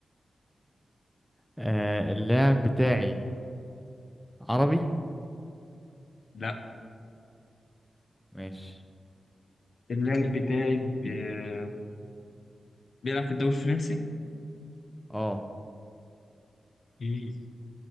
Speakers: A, in the centre; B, on the left.
A: آه... اللاعب بتاعي عربي
B: لا
A: ماشي
B: اللاعب بتاعي بي- بيلعب في الدوري الفرنسي
A: اه
B: اوكي